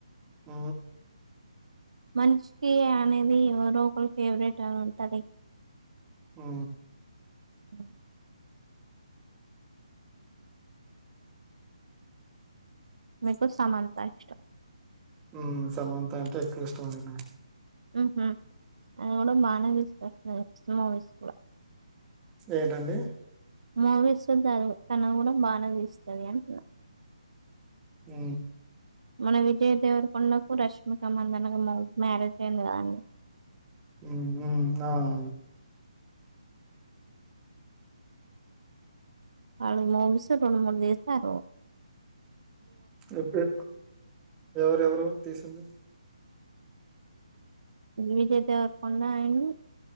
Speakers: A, on the right (about 15°); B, on the right (about 70°).
A: ఆ
B: మనిషికి అనేది ఎవరో ఒక ఫేవరెట్ అని ఉంటది
A: మ్
B: మ్ మీకు సమానత ఇష్టం
A: మ్ సమంత అంటే ఎక్కువ ఇష్టం లే నాకి
B: మ్ మ్ హు అవునా మ <unintelligible> విస్
A: ఏంటండి
B: మోవీస్ చేస్థాంది తన కూడా బానే తీస్తుంది అంటున్నా
A: మ్
B: మన విజయ్ దేవరకొండకు రష్మిక మధనగా మ్యారేజ్ అయింది కదండి
A: మ్ మ్ అవును
B: అ <unintelligible> రెండు మూడు చేస్తారు
A: ఎప్పుడు ఎవరువరు తీసింది
B: విజయ దేవరకొండ అ అండ్